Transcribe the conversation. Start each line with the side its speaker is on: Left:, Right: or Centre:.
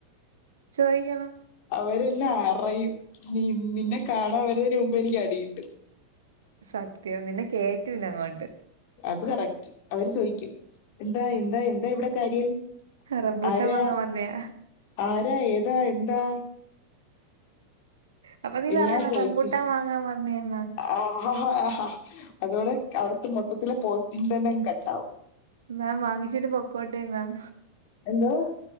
Right: ചോദിക്കണം
Left: അവരെന്ന അറയും. നീ നിന്നെ കാണാൻ വരുന്നേന് മുമ്പ് എനിക്ക് അടികിട്ടും.
Right: സത്യം പിന്നെ കേറ്റൂല്ല അങ്ങോട്ട്.
Left: അത് കറക്റ്റ് അവര് ചോയിക്കും എന്താ യെന്താ യെന്താ ഇവട കാര്യം.
Right: റംബൂട്ടാൻ
Left: ആരാ
Right: വാങ്ങാൻ വന്നയാ
Left: ആരാ ഏതാ എന്താ
Right: അപ്പൊ നീ
Left: എല്ലാം
Right: പറയണം
Left: ചോയ്ക്കും
Right: റംബൂട്ടാൻ വാങ്ങാൻ വന്നയാ മാം
Left: ആഹ് അതോടെ അവ്ടുത്ത മൊത്തത്തിലെ പോസ്റ്റിങ് തന്നെങ്ങ് കട്ടാവും.
Right: മാം വാങ്ങിച്ചിട്ട് പൊക്കോട്ടെ മാം
Left: എന്തോ